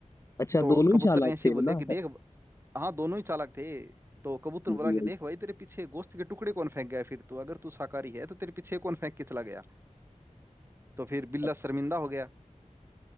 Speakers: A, on the left; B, on the right.
A: अच्छा
B: तो
A: दोनों ही
B: कबूतर
A: चालाक
B: ने ऐसे
A: थे
B: ही बोल
A: ना
B: दिया कि देख हाँ दोनों ही चालाक थे तो कबूतर
A: वही
B: बोला कि
A: वही
B: देख भाई तेरे पीछे गोश्त के टुकड़े कौन फेंक गया है फिर तो अगर तू शाकाहारी है तो तेरे पीछे कौन फेंक के चला गया तो फिर बिल्ला
A: अच्छा
B: शर्मिंदा हो गया